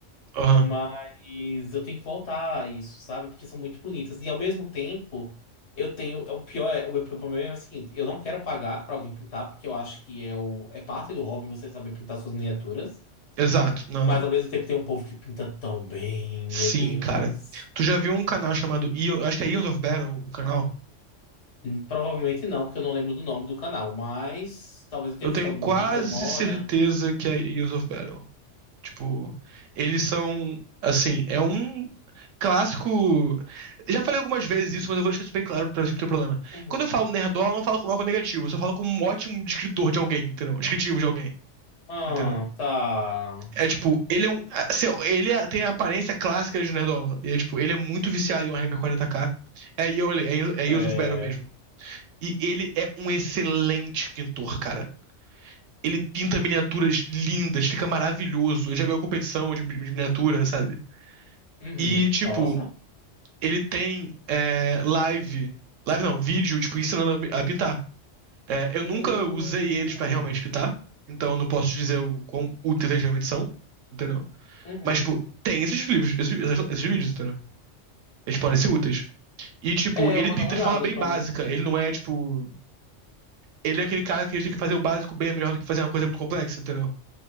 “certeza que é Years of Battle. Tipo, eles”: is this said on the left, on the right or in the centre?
Right